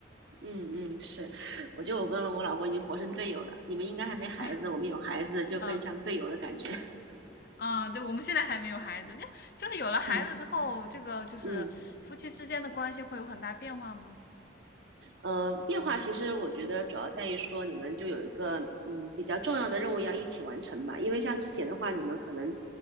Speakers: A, on the right; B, on the left.
A: 嗯嗯，是。我觉得我跟我老公已经活成队友了。你们应该还没孩子，
B: 的。<laughs>
A: 我们有孩子就更像队友的感觉。
B: 嗯
A: <laughs>
B: 啊，对，我们现在还没有孩子，就就是有了孩子之后，
A: 嗯
B: 这个就是夫妻之间的关系会有很大变化吗？
A: 嗯。呃，变化其实我觉得主要在于说你们就有一个嗯比较重要的任务要一起完成吧，因为像之前的话，你们可能